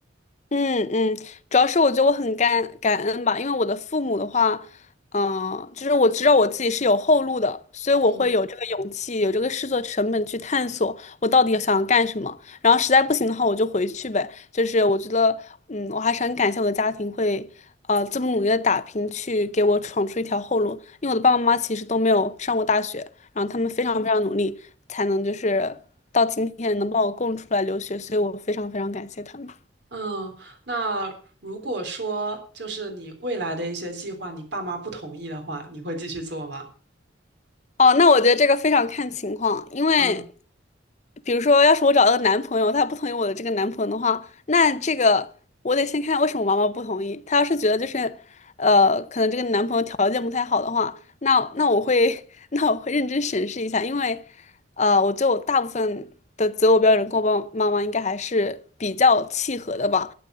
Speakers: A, on the left; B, on the right.
A: 嗯嗯，主要是我觉得我很感感恩吧，因为我的父母的话，嗯、就是我知道我自己是有后路的，所以我会有这个勇气，
B: 嗯。
A: 有这个试错成本去探索我到底想干什么。然后实在不行的话，我就回去呗。就是我觉得，嗯，我还是很感谢我的家庭会，呃，这么努力的打拼去给我闯出一条后路。因为我的爸爸妈妈其实都没有上过大学，然后他们非常非常努力，才能就是到今天能把我供出来留学，所以我非常非常感谢他们。
B: 嗯，那如果说就是你未来的一些计划，你爸妈不同意的话，你会继续做吗？
A: 哦，那我觉得这个非常看情况，因为
B: 嗯
A: 比如说，要是我找到个男朋友，他不同意我的这个男朋友的话，那这个我得先看为什么我妈妈不同意。她要是觉得就是，呃，可能这个男朋友条件不太好的话，那那我会 <laughs> 那我会认真审视一下，因为，呃，我就大部分的择偶标准跟我爸妈妈应该还是比较契合的吧。